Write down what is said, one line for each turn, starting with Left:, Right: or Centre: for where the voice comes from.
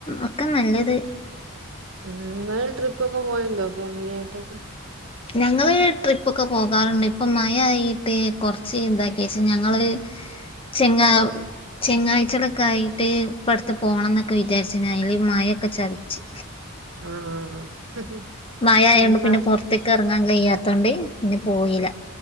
Left: ഒക്കെ നല്ലത്
Right: ഉം നിങ്ങൾ ട്രിപ്പക്കെ പോവൽടെ ഫാമിലി യെട്ട്
Left: ഞങ്ങള് ട്രിപ്പൊക്കെ പോകാറുണ്ട് ഇപ്പ മഴ ആയിട്ട് കുറച്ച് ഇതാക്കിയച്ചെ ഞങ്ങള് ചെങ്ങ ചെങ്ങാഴ്ചളക്കെ ആയിട്ട് ഇപ്പടുത്ത് പോണന്നൊക്കെ വിചാര്ച്ചിലനെ അയിൽമഴ ഴ ചതിച്ച്
Right: ആഹ്
Left: മഴ ആയയെണ്ട്
Right: ഈ മ
Left: പിന്നെ പുറ്ത്ത്ക്ക് അറങ്ങാൻ കയ്യാത്തോണ്ട് പിന്നെ പോയില്ല